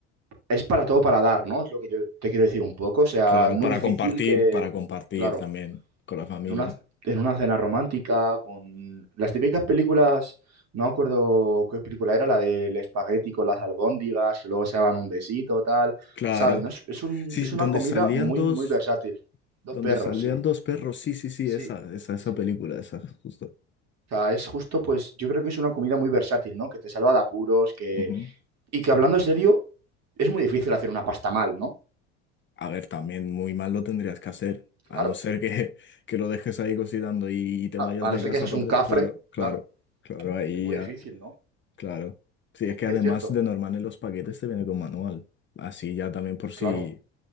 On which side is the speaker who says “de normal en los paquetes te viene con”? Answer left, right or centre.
Left